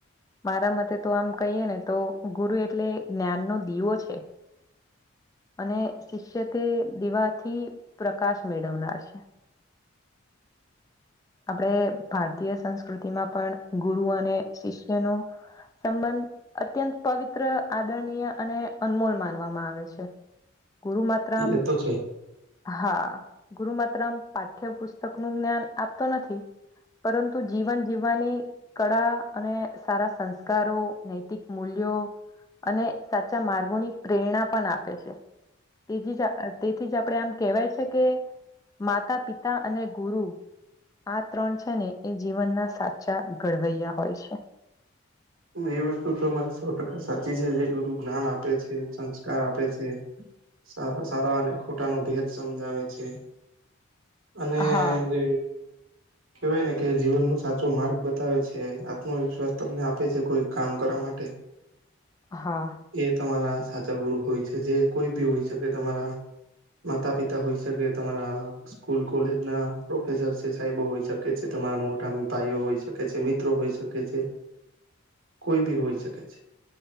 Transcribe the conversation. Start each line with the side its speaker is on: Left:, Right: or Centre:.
Left: મારા મતે તો આમ કહીએ ને તો ગુરુ એટલે જ્ઞાનનો દીવો છે. અને શિષ્ય તે દીવાથી પ્રકાશ મેળવનાર છે. <inaudible> આપણે ભારતીય સંસ્કૃતિમાં પણ ગુરુ અને શિષ્ય નું સંબંધ અત્યંત પવિત્ર આદરણીય અને અનમોલ માનવામાં આવે છે. ગુરુ માત્રમ,
Right: એ તો છે
Left: હા. અહ ગુરુ માત્રમ પાઠ્યપુસ્તક નું જ્ઞાન આપતો નથી પરંતુ જીવન જીવવાની કળા અને સારા સંસ્કારો, નૈતિક મૂલ્ યો અને સાચા માર્ગોની પ્રેરણા પણ આપે છે. તેજી જ તેથી જ આપડે આમ કહેવાય છે કે માતા, પિતા અને ગુરુ આ ત્રણ છે ને એ જીવનના સાચા ઘડવૈયા હોય છે.
Right: એ વસ્તું તમાર સો ટકા સા ચી છે જે ગુરુ જ્ઞાન આપે છે, સંસ્કાર આપે છે, સારા-સારા અને ખોટા નું ભેદ સમજાવે છે, અને
Left: હા
Right: જે કેવાય ને કે જીવન નો સાચો માર્ગ બતાવે છે, આત્મવિશ્વાસ તમને આપ પે છે કોઈ કામ કરવા માટે.
Left: હા
Right: એ તમારા સાચા ગુરુ હોય છે, જે કોઈ બી હોય શકે તમારા માતા પિતા હોઈ શકે, તમારા સ્કૂલ કોલેજ ના પ્રોફેસર છે, સાહેબો હોઈ શકે છે તમારા મોટા મિ ભાઈઓ હોઈ શકે છે, મિત્રો હોઈ શકે છે. કોઈ ભી હોઈ શકે છે.